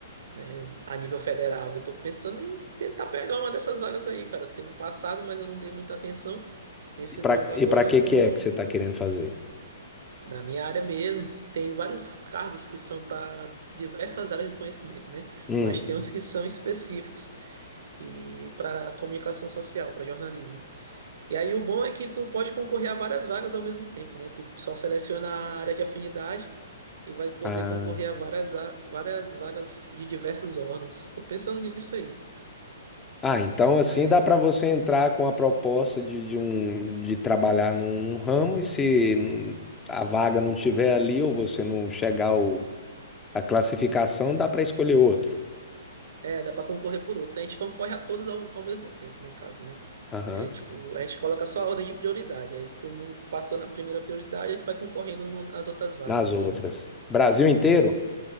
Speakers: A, on the right; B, on the left.
A: né, a nível federal. Eu estou pensando em tentar pegar uma dessas vagas aí, cara. Teve o passado, mas eu não dei muita atenção. Nesse
B: E pra,
A: novo agora
B: e pra
A: eu
B: que
A: tô
B: que é que você tá querendo fazer?
A: na minha área mesmo. Tem vários cargos que são para diversas áreas de conhecimento, né?
B: Hum.
A: Mas tem uns que são específicos e para comunicação social, para jornalismo. E aí o bom é que tu pode concorrer a várias vagas ao mesmo tempo, né? Tu só seleciona a área de afinidade e vai poder
B: Ah.
A: concorrer a várias, a- várias vagas de diversos órgãos. Tô pensando nisso aí.
B: Ah, então assim
A: Mas
B: dá pra você entrar com a proposta de, de um de trabalhar num, num ramo e se a vaga não tiver ali ou você não chegar ao, a classificação, dá pra escolher outro.
A: é, dá para concorrer por outro. A gente concorre a todas ao, ao mesmo tempo, no caso, né?
B: Aham.
A: É tipo, a gente coloca só a ordem de prioridade. Aí tu não passou na primeira prioridade, aí tu vai concorrendo no- nas outras vagas,
B: Nas
A: assim.
B: outras. Brasil inteiro?